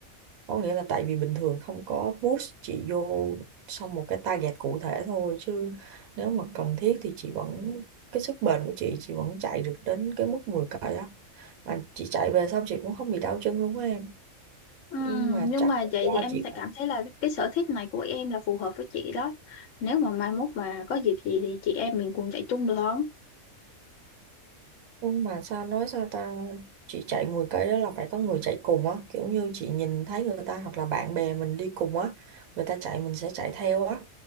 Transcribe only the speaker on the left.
ừ,
nhưng
mà
vậy
thì em
tại cảm thấy là cái sở thích này của em là phù hợp với chị đó nếu mà mai mốt mà có dịp gì thì chị em mình cùng chạy chung được không